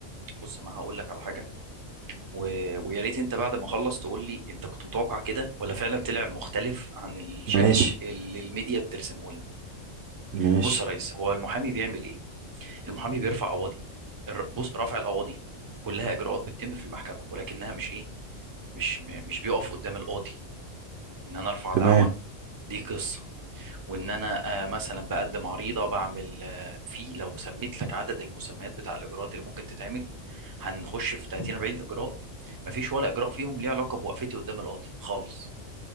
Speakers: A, on the right; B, on the right.
A: بص انا هقول لك على حاجه و... ويا ريت انت بعد ما اخلص تقول لي انت كنت متوقع كده ولا فعلا طلع مختلف عن الشكل
B: ماشي
A: اللي الميديا بترسمه لنا
B: ماشي
A: بص يا ريس هو المحامي بيعمل ايه المحامي بيرفع قواضي الر- بص رفع القواضي كلها اجراءات بتتم في المحكمه ولكنها مش ايه مش م- مش بيقف قدام القاضي ان انا ارفع
B: تمام
A: دعوه دي قصه وان انا آه، مثلا بقدم عريضه بعمل آه، في لو سميت لك عدد المسميات بتاع الاجراءات اللي ممكن تتعمل هنخش في 30 40 اجراء مفيش ولا اجراء فيهم ليه علاقه بوقفتي قدام القاضي خالص